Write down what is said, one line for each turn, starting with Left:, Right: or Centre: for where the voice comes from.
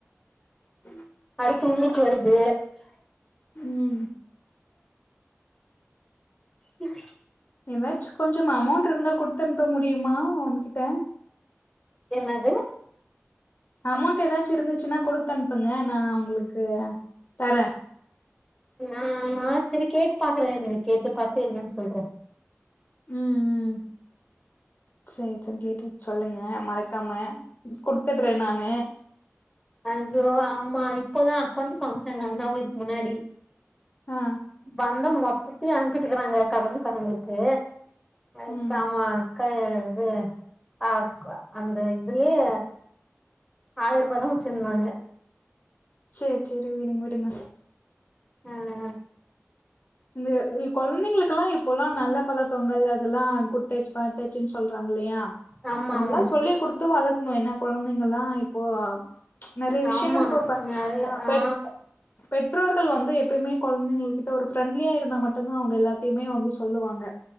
Left: <inaudible>
Centre: துங்குக்கு வருது
Left: ம்
Centre: <inaudible>
Left: ஏதாச்சு கொஞ்சமா அமௌண்ட்ருந்தா குட்த்தன்ப்ப முடியுமா ஒன்கிட்ட
Centre: என்னது
Left: அமௌண்ட் ஏதாச்சு இருந்துச்சுனா குடுத்தனுப்புங்க நா உங்களுக்கு தரே
Centre: ஆ சரி கேட்டு பாக்கறே எ கேட்டு பாத்து என்னன் சொல்றே
Left: உம் உம் சேரி சேரி கேட்டுட் சொல்லுங்க மறக்காம குடுத்துட்றே நானு
Centre: ஐயோ ஆம்மா இப்போதா அக்கௌண்ட்டு காம்ச்சாங்க அண்ணாவு இதுக்கு முன்னாடி
Left: ஆ
Centre: பந்தம் மொத்தத்தையு அனுப்பிட்டுக்கறாங்க கடன் காரங்களுக்கு அக்கமா
Left: ம்
Centre: க இது ஆ அந்த இதுலியே ஆயர்பாதா வச்சிருந்தாங்க
Left: செரி செரி விடுங்க விடுங்க
Centre: உம்
Left: இந்த உ கொழந்தைங்களுக்குலா இப்போலா நல்ல பழக்கங்கள் அதெலா குட் டச் பேட் டச்சுன் சொல்றாங்கல்லியா
Centre: ஆமா
Left: அதெல்லா
Centre: ஆமா
Left: சொல்லிக் குடுத்து வளக்ணு என்ன கொழந்தைங்களா இப் இப்போ நறைய விஷயங்கள்
Centre: ஆமா
Left: இப்போ ப
Centre: நெறைய
Left: பெட்
Centre: ஆ
Left: பெட் ற்றோர்கள் வந்து எப்பய்மே கொழந்தைங்கள் கிட்ட ஒரு ஃப்ரெண்ட்லியா இருந்தா மட்டுந்தா அவ்ங்க எல்லாத்தய்மே வந்து சொல்லுவாங்க